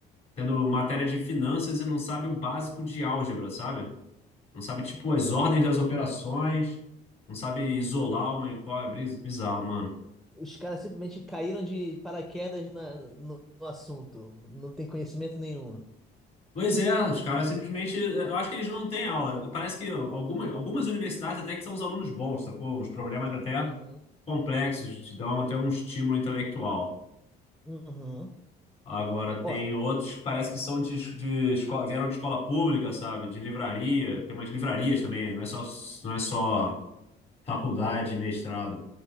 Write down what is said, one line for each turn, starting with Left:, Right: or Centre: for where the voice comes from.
Left: tendo matéria de finanças e não sabe o básico de álgebra, sabe? Não sabe, tipo, as ordens das operações, não sabe isolar uma incógnita, é bizarro, mano.
Centre: Os caras simplesmente caíram de paraquedas na- no, no assunto. Não tem conhecimento nenhum.
Left: Pois é, os caras simplesmente, eu acho que eles não têm aula. Parece que algumas, algumas universidades até que são os alunos bons, sacou? Uns problemas até
Centre: Uhum.
Left: complexos, te dão até um estímulo intelectual.
Centre: Uhum.
Left: Agora, tem
Centre: Olha,
Left: outros que parece que são de, de escola, vieram de escola pública, sabe? De livraria, tem umas livrarias também, não é só, não é só faculdade, mestrado.